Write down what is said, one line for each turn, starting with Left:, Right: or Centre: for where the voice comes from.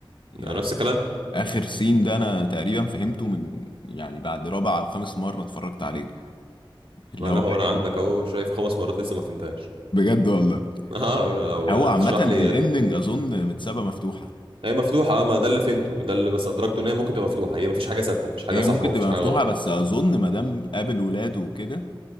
Left: يعني
Right: أنا نفس الكلام
Left: اخر سين ده انا تقريبا فهمته من يعني بعد رابع او خامس مره اتفرجت عليه اللي
Right: ما
Left: هو
Right: لا هو انا
Left: إيه؟
Right: عندك اهو
Left: اللي-
Right: شايف خمس مرات لسه ما فهمتهاش
Left: بجد والله
Right: <laughs> اه لو
Left: هو عامه
Right: تشرح لي
Left: الاندنج
Right: يا ريت
Left: اظن متسابه مفتوحه
Right: هي مفتوحة اه ما ده اللي فهمته ده اللي بس أدركته إن هي ممكن تبقى مفتوحة هي مفيش حاجة ثابتة مفيش حاجة
Left: هي
Right: صح
Left: ممكن
Right: ومفيش
Left: تبقى
Right: حاجة
Left: مفتوحه
Right: غلط
Left: بس اظن ما دام قابل ولاده وكده